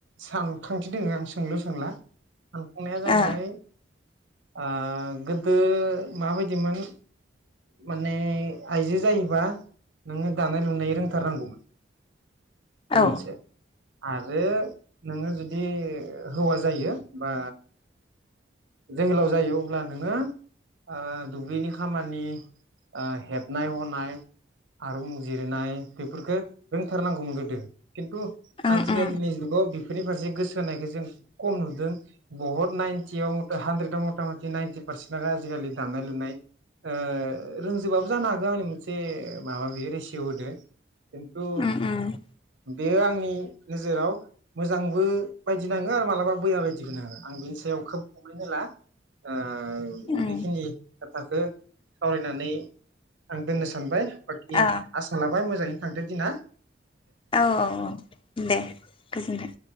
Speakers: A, on the right; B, on the left.
A: सानखांथि दंङ आं सोंलु सोंला सानफुंनाया जाबाय
B: ओ
A: आं गोदो माबायदिमोन माने आइजो जायोबा नोंङो दानाय लुनाय रों थारनांगौ बे
B: औ
A: मोनसे आरो नोंङो जुदि हौवा जायो बा जोहोलाव जायो अब्ला नोंङो ओ दुब्लिनि खामानि ओ हेबनाय हनाय आरुं जिरनाय बेफोरखो रोंथारनांगौमोन गोदो खिन्थु
B: उम
A: आजि
B: उम
A: कालिनि जुगाव बिबदि बेफोरनि फारसे गोसो होनायखौ जों खम नुदों बहुत नाइनटियाव हानद्रेदआव मथा मथि नाइनटि पारसेन्टआ आजिखालि दानाय लुनाय ओ रोंजोबाबो जानो हागौ आंनि मोनसे माबा बेयो रेसिय' होदो खिन्थु
B: उम उम
A: बेयो आंनि नोजोराव मोजांबो बायदि नांङो आरो मालाबा बैया बायदिबो नांङो आं बेनि सायाव खोब प्रब्लेम होला ओ ओ
B: उम
A: बेखिनि खोथाखो सावरायनानै आं दोननो सानबाय बाखि
B: ओ
A: आसा लाबाय मोजांङै थांथो दिना
B: औ औ औ दे गोजोन्थों